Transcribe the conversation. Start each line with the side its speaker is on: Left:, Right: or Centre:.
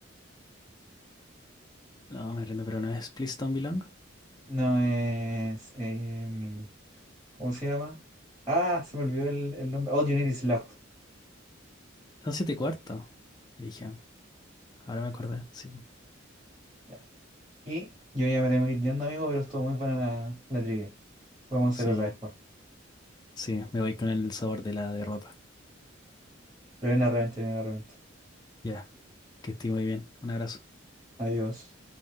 Left: no, me rindo, pero no es Please Don't Belong.
Right: No es. em, ¿cómo se llama? Ah, se me olvidó el, el nombre. All You Need Is Love.
Left: Son siete y cuarto. Dije, ahora me
Right: Sí,
Left: acordé. Sí, po.
Right: ya. Y yo ya me tengo que ir yendo, amigo, pero estuvo muy buena la, la trivia. Podemos
Left: sí,
Right: hacer otra después.
Left: sí, me voy con el sabor de la derrota.
Right: Pero en la revancha, en la revancha.
Left: Ya, que esté muy bien. Un abrazo.
Right: Adiós.